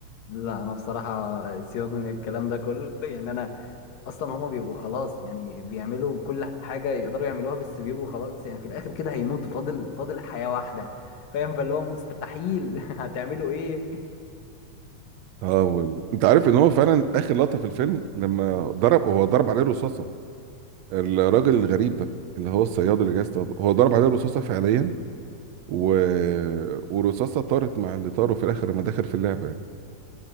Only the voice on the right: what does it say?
اه وال- انت عارف ان هو فعلا اخر لقطه في الفيلم لما ضرب هو ضرب عليه رصاصه الراجل الغريب ده اللي هو الصياد اللي جاي يصطاده هو ضرب عليه رصاصه فعليا و... ورصاصه طارت مع اللي طاروا في الاخر لما دخل في اللعبه يعني